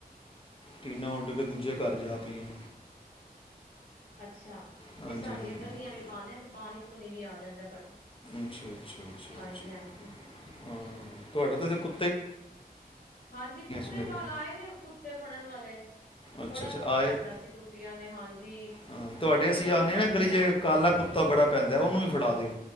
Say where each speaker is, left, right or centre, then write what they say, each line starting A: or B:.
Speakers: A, on the left; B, on the left.
A: ਟੀਨਾ ਉੱਡ ਕੇ ਦੂਜੇ ਘਰ ਜਾ ਪਈਆਂ
B: ਅੱਛਾ ਨਹੀਂ
A: ਹਾਂਜੀ
B: ਸਾਡੀਆਂ
A: ਹਾਂਜੀ
B: ਗਲੀਆਂ ਵੀ ਬਾਹ ਤੇ <inaudible> ਪਾਨੀ ਪੂਨੀ ਵੀ ਆ ਜਾਂਦਾ ਬੜਾ
A: ਅੱਛਾ ਅੱਛਾ ਅੱਛਾ
B: ਹਾਂਜੀ
A: ਅੱਛਾ
B: ਹਾਂਜੀ
A: ਤੁਹਾਡਾ ਤਾਂ ਇ ਕੁ
B: ਹਾਂਜੀ ਕੁੱਤੇ
A: ਮੇਰੇ
B: ਕੱਲ ਆਏ ਨੇ ਕੁੱਤੇ ਫੜਨ ਵਾਲੇ
A: ਅੱਛਾ
B: ਬੜਾ
A: ਅੱਛਾ
B: ਤੰਗ
A: ਆਏ
B: ਕੀਤਾ ਸੀ ਕੁੱ ਕੁੱਤਿਆ ਨੇ ਹਾਂਜ ਜੀ
A: ਹਾਂ, ਤੁਹਾਡੇ
B: ਕੋਈ
A: ਅਸੀਂ
B: ਵੀ ਲੰਘਦਾ
A: ਆਨੇ
B: ਸੀ
A: ਗਲੀ
B: ਨਾ
A: 'ਚ ਕਾਲਾ ਕੁੱਤਾ ਬੜਾ ਪੈਂਦਾ ਹੈ, ਉਹਨੂੰ ਵੀ ਫੜਾ ਦਿਓ